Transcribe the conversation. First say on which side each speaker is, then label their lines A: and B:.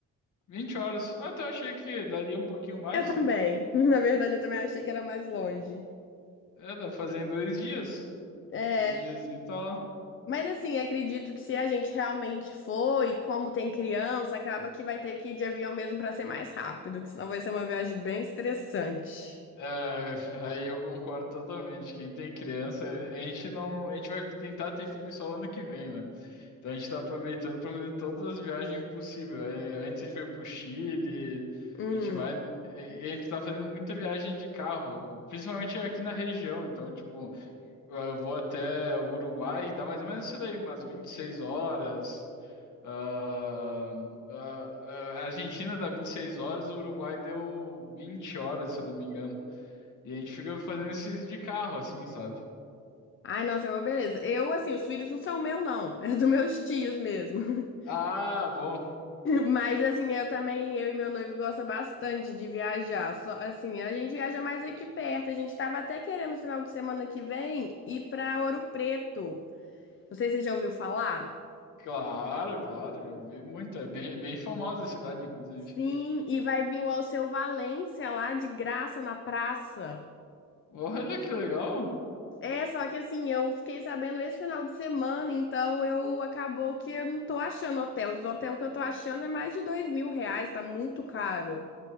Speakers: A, on the left; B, on the left.
A: vinte horas. Ah, Até eu achei que daria um pouquinho mais.
B: Eu também. <laughs> Na verdade, eu também
A: Ah,
B: achei que era mais longe.
A: É, dá pra fazer em dois dias.
B: É,
A: Dois diazinho tá lá.
B: mas assim, acredito que se a gente realmente for e como tem criança, acaba que vai ter que ir de avião mesmo pra ser mais rápido, que senão vai ser uma viagem bem estressante.
A: É, aí eu concordo totalmente. Quem tem criança, a gente não, a gente vai tentar ter filho só ano que vem, né? Então a gente está aproveitando para fazer todas as viagens possíveis. É, Antes a gente foi para o Chile,
B: Hum.
A: a gente vai. E e a gente está fazendo muita viagem de carro, principalmente aqui na região. Então, tipo, eu vou até o Uruguai, dá mais ou menos isso daí, umas 26 horas. Ah, ah, a Argentina dá 26 horas, o Uruguai deu 20 horas, se eu não me engano. E a gente fica fazendo esses de carro, assim, sabe?
B: Ai, nossa, é uma beleza. Eu, assim, os filhos não são meu, não. <laughs> É dos meus tios mesmo. <laughs>
A: Ah, bom.
B: Mas, assim, eu também, eu e meu noivo gosta bastante de viajar. Só, assim, a gente viaja mais aqui perto. A gente tava até querendo, no final de semana que vem, ir pra Ouro Preto. Não sei se você já ouviu falar.
A: Claro, claro, já vi muito. É bem, bem famosa a cidade, inclusive.
B: Sim, e vai vir o Alceu Valença lá de graça na praça.
A: Olha que legal!
B: É, só que assim, eu fiquei sabendo esse final de semana, então eu acabou que eu não tô achando hotel. Os hotéis que eu tô achando é mais de dois mil reais, tá muito caro.